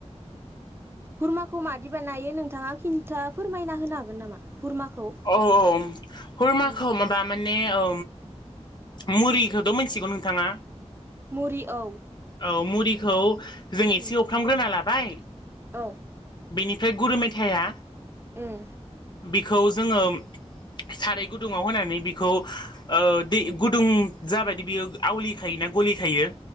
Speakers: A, on the right; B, on the left.
A: खुरमाखौ मादि बानायो नोंथाङा खिन्था फोरमायना होनो हागोन नामा हुरमाखौ
B: औ औ खुरमाखौ
A: उम
B: माबा माने औ मुरिखौथ' मिथिगौ नोंथाङा
A: मुरि औ
B: औ मुरिखौ जों एसे
A: उम
B: एउफ्रामग्रोना लाबाय
A: औ
B: बेनिफ्राय गुरु मेथाया
A: उम
B: बिखौ जोङो साराय गुदुङाव होनानै बिखौ ओ दै गुदुं जाबायदि बियो आवलि खायोना गलि खायो